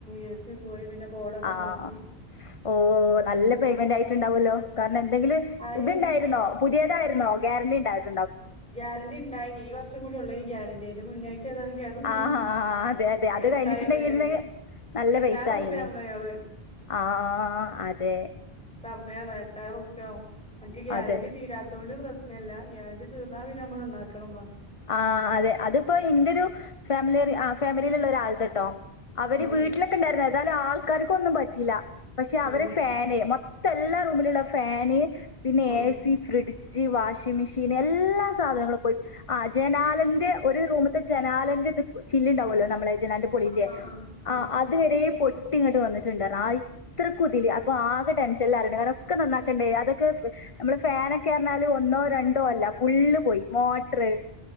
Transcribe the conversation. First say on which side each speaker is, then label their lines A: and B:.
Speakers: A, in the centre; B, on the left (about 35°).
A: ഉഴ പോയി പിന്നെ ബോർഡൊക്കെ
B: ആഹ്
A: മാറ്റി
B: ഓ നല്ല പേയ്മെന്റ് ആയിട്ടുണ്ടാവല്ലോ ക ന്ന് എന്തെങ്കിലും
A: അയി
B: ഇതുണ്ടായിരുന്നോ? പുതിയതായിരുന്നോ? ഗ്യാരന്റി ണ്ടാ
A: ഗ്യാരന്റി ണ്ടായിനി ഈ വർഷം കൂടി ഉള്ളൊയ്നി ഗ്യാരന്റി. നു മുന്നേ ഏതാനും കേടന്നോണ്ട്
B: ആഹ് ആഹ് അതെ അതെ അത്
A: എട്ടയി
B: കഴിഞ്ഞിട്ടുണ്ടെങ്കില്
A: ഏ
B: നല്ല
A: എട്ടായിരം
B: പൈസ
A: റുപ്യറുന്നു
B: ആയിന്
A: അയാള്
B: ആഹ് അ തെ
A: പറഞ്ഞേ താ എട്ടായിരം റുപ്യാവും നിക്ക് ഗ്യാരണ്ടി
B: അതെ
A: തീരാത്തൊണ്ട് പ്രശ് ഇല്ല ഗ്യാരന്റി തീർന്നാ പിന്നെ മ്മള് നന്നാക്കണം പറു
B: ആഹ് അതെ അതിപ്പോ ഇന്റെരു ഫാമിലി ആഹ് ഫാമിലിയിലുള്ള ഒരാൾതെട്ടോ. അവര്
A: ആഹ്
B: വീട്ടിലൊക്കെണ്ടായിരുന്ന ഏതായാലും ആൾക്കാര് ക്കൊന്നും പറ്റീല്ല. പക്ഷെ അവരെ
A: ആഹ്
B: ഫാന് മൊ എല്ലാ റൂമിലുള്ള ഫാന് പിന്നെ
A: ah
B: A C fridge വാഷിങ്മെഷീ പിന്നെ എല്ലാ സാധനങ്ങളും പോയി ആ ജനാലന്റെ ഒരു റൂമ്ത്തെ ജനാലന്റെ ചില്ല്ണ്ടാവുമല്ലോ നമ്മളെ ജനാലന്റെ പൊളില്ലേ
A: ആഹ് ആഹ് ആഹ്
B: ആ അതുവരെ പൊ ട്ടിങ്ങോട്ട് വന്നിട്ടുണ്ടായിരുന്നു ആ ഇത്രക്കുതില് അപ്പൊ ആകെ ടെൻഷൻല്ലാരുണ്ട് കാരണം ഒക്കെ നന്നാക്കേണ്ട അതൊക്കെ നമ്മള് ഫാനൊക്കെ പറഞ്ഞാല് ഒന്നോ രണ്ടോ അല്ല ഫുള്ള് പോയി <unintelligible>